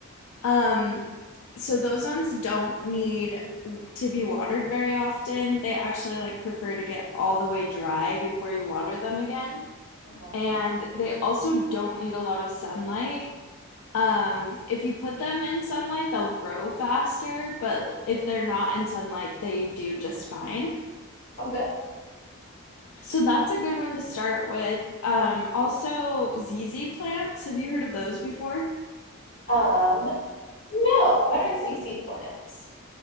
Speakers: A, on the left; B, on the left.
A: Um, so those ones don't need to be watered very often. They actually like prefer to get all the way dry before you water them again.
B: Mhm.
A: And they also don't need a lot of sunlight Um, if you put them in sunlight, they'll grow faster, but if they're not in sunlight, they do just fine.
B: Oh good.
A: So that's a good one to start with. Um, also, ZZ plants. Have you heard of those before?
B: Um, no. What are ZZ plants?